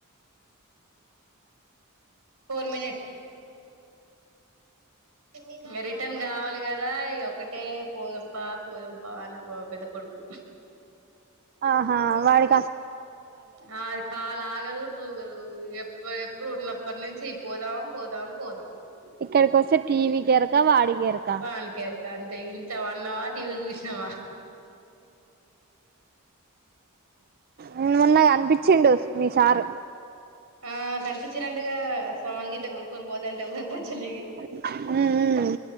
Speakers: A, on the right (about 80°); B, on the right (about 45°).
A: హు మ్ ఇగ రిటర్న్ కావాలి కదా ఇగ ఒక్కటే పోదంపా పోదంపా అ నా పెద్ద కొడుకు
B: ఆహా వాడి
A: ఆ ఆది కల్ ఆగదు తూగదు ఇగ పే ఎప్పుడు ఉన్నప్పటి నుంచి పోదాం పోదాం పోదాం
B: ఇక్కడికి వస్తే టీవీ కెరక వాడి కెరక
A: వణికెరుక అంతే ఇన్ ట్ల పన్నవ టీవి చూసినవ
B: మ్ మొన్న కనిప్ మీ సారూ
A: ఆ కనిపించినంటగా సమాన్ గిట్ట కొనుక్కొని పోదంటే <unintelligible>
B: మ్ మ్